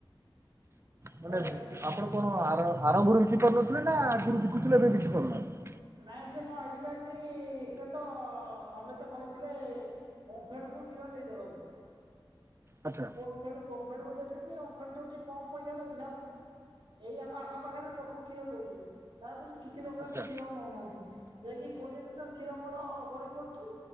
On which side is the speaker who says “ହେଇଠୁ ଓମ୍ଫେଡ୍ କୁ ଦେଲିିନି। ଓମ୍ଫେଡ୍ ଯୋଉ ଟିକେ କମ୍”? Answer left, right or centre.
Right